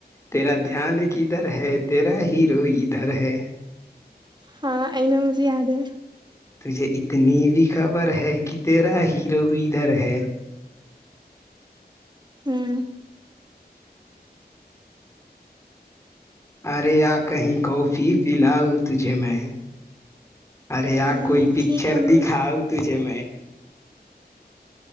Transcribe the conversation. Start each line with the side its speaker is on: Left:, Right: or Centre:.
Left: تیرا دھیان کی دھر ہے تیرا ہی ادھر ہے
Right: ہاں ا ن مجھے یاد ہے
Left: تجھے اتنی بھی خبر ہے کہ تیرا ہیرو ادھر ہے
Right: ہوں
Left: ارے کہیں کافی پلاؤ تجھے میں ارے
Right: ہوں
Left: کوئی پکچر
Right: ٹھیک ہے امی
Left: دکھات میں